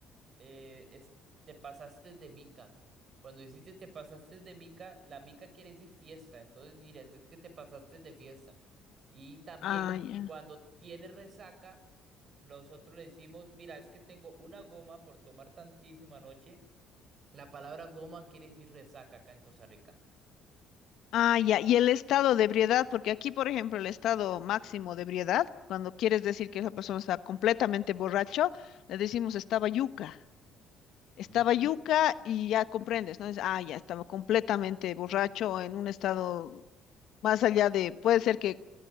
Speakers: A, on the right (about 50°); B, on the left (about 70°).
A: eh, es, te pasaste de mica. Cuando hiciste te pasaste de mica, la mica quiere decir fiesta. Entonces, mira, este es que te pasaste de fiesta. Y también,
B: Ah, ya.
A: cuando tienes resaca, nosotros le decimos, mira, es que tengo una goma por tomar tantísima noche. La palabra goma quiere decir resaca acá en Costa Rica.
B: Ah, ya, y el estado de ebriedad, porque aquí, por ejemplo, el estado máximo de ebriedad, cuando quieres decir que esa persona está completamente borracho, le decimos estaba yuca. Estaba
A: Mm.
B: yuca y ya comprendes, ¿no? Es, ah, ya estaba completamente borracho en un estado más allá de, puede ser que